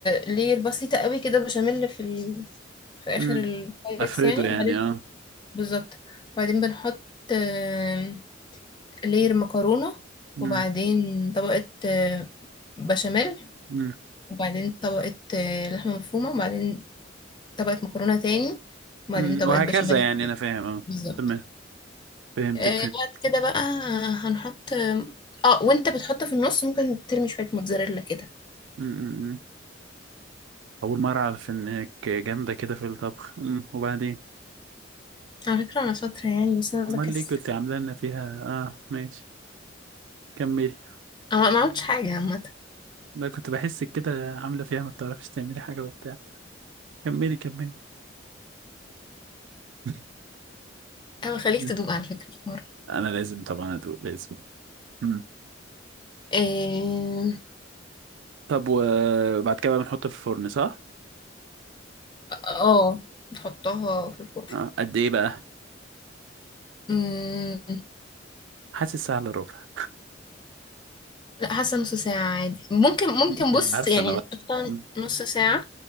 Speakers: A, on the left (about 25°); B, on the right (about 75°).
A: لير بسيطة قوي كده بشاميل في ال... في آخر
B: مم.
A: البايركس
B: افرده
A: يعني
B: يعني
A: وبعدين
B: اه
A: بالظبط وبعدين بنحط آم، لير مكرونة
B: مم.
A: وبعدين طبقة آم، بشاميل
B: مم.
A: وبعدين طبقة آه، لحمة مفرومة وبعدين طبقة مكرونة تاني وبعدين
B: مم.
A: طبقة
B: وهكذا
A: بشاميل
B: يعني انا فاهم اه
A: بالظبط
B: تمام فهمتك
A: آه
B: فهمت
A: بعد كده بقى هنحط اه وانت بتحط في النص ممكن ترمي شوية موتزاريلا كده
B: مم. اول مره اعرف انك جامده كده في الطبخ أمم، وبعدين
A: على فكرة انا شاطرة يعني بس انا
B: امال
A: بكسل
B: ليه كنت عامله لنا فيها اه ماشي كملي
A: انا ما عملتش حاجة عامة
B: لا كنت بحسك كده عاملة فيها ما بتعرفيش تعملي حاجة وبتاع كملي كملي <laughs>
A: انا خليك
B: مم.
A: تدوق على فكرة في مرة
B: انا لازم طبعا ادوق لازم مم.
A: اه
B: طب وبعد كده بقى بنحطه في الفرن صح
A: آه، بتحطها في الفرن
B: آه. قد ايه بقى
A: مم،
B: حاسس سهل ربع
A: لا حاسة نص ساعة عادي ممكن ممكن
B: <laughs> يلا.
A: بص
B: عارفه
A: يعني
B: انا بقى
A: تحطها
B: مم.
A: نص ساعة